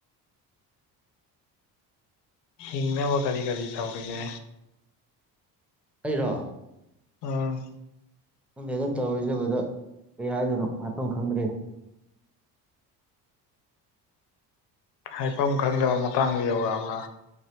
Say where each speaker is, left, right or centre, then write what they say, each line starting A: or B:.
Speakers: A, on the left; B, in the centre.
A: ꯏꯕꯨ ꯀꯔꯤ ꯀꯔꯤ ꯇꯧꯔꯤꯉꯦ
B: ꯑꯩꯔꯣ
A: ꯎꯝ
B: ꯅꯪꯗꯦꯗ ꯇꯧꯔꯣꯏꯖꯕꯗ ꯀꯩ ꯍꯥꯏꯗꯣꯏꯅꯣ ꯃꯐꯝ ꯈꯪꯗ꯭ꯔꯦ
A: ꯍꯥꯏꯐꯝ ꯈꯪꯗꯕ ꯃꯇꯥꯡꯗ ꯌꯧꯔꯛꯑꯕ꯭ꯔꯥ